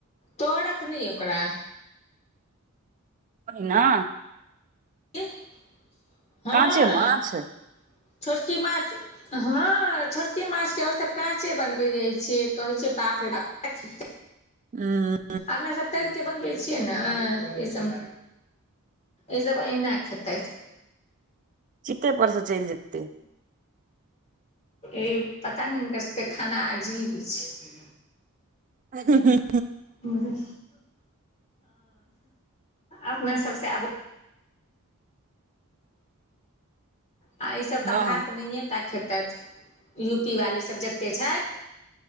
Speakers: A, on the left; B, on the right.
A: तरत नै ओकरा
B: ओहिना
A: इह <inaudible> हँ
B: काँचे माछ
A: <inaudible> छोटकी माछ ह छोटके माछके ओसभ काँचे बनबै जाय छियै कहैत छियै बाप रे बाप
B: हा
A: अपना सभ तैर के बनबै छियै ने ई सभ ई सभ ऐहना खेतैथ
B: चिते पर से चैल जेतै।
A: ई पता नहि हिनकर सभके खाना अजीब छैय
B: ह ह
A: हू है अपने सभसँ आब आ इसभ तऽ
B: हँ
A: भात नहि टा खेतैथ यू पी वालीसभ जतेक छैथ।